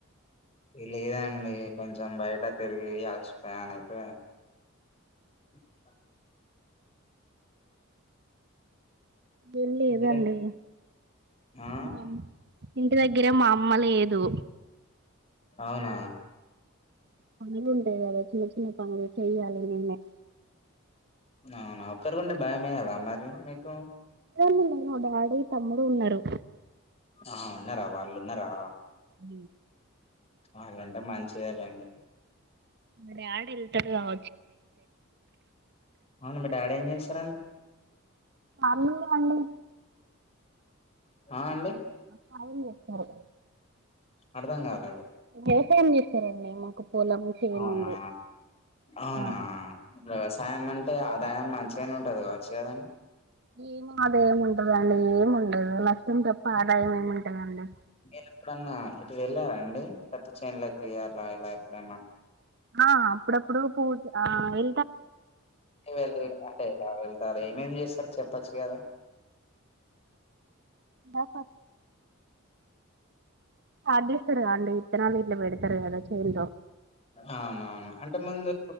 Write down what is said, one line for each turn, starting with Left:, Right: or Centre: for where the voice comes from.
Left: లేదండి కొంచెం బయట తిరిగి అలసిపోయా అయితే <unintelligible>
Right: ఏం లేదండి
Left: మీరే ఆ
Right: మామ్ ఇంటి దగ్గరే మా అమ్మ లేదు
Left: అవునా
Right: పనులు ఉంటాయి. కదా చిన్న చిన్న పనులు చెయ్యాలి నేనే
Left: అవునా ఒక్కరూ ఉంటే భయమేదా మరి మీకు
Right: లేదండి మా డాడీ తమ్ముడు ఉన్నారు
Left: ఆ ఉన్నారా వాళ్ళు ఉన్నారా
Right: ఉ
Left: అలాంటే మంచిదేలేండి
Right: మీ డాడ్ ఎళ్తడు గావ
Left: అవును మీ డాడ్ ఏం చేస్తారండి
Right: అరయు వాళ్ళు
Left: ఆ అండి
Right: సాయం చేస్తారు.
Left: అర్థం గాలేదు
Right: వ్యవసాయం చేప్పారండి. మాకు పొలం చేను
Left: అవునా
Right: ఉంది
Left: అవునా
Right: ఆ
Left: వ్యవసాయ ఇమ్మంటే ఆదాయం మంచిగానే ఉంటదికావచ్చు కదండి
Right: ఏమి అదాయం ఉంటదండి ఏమి ఉండదు ల తం తప్ప ఆదాయం ఏముంటదండి.
Left: మీరు ఎప్పుడన్నా ఇటు వెళ్లార అండి పత్తిచేన్లకి అలా ఇలా ఎప్పుడన్నా
Right: ఆ అప్పుడప్పుడు పుత్ ఆ వె
Left: వెళ్ళనట్టే వెళ్ళిఅంటే ఎలా వెళ్తారు ఏమేమ్ చేస్తారు చెప్పచ్చు కదా
Right: బై ప పాతేస్తారుగా అండి ఇత్తనాలు ఇట్ల పెడతారు కదా చెల్లో
Left: అవునవును అంటే ముందు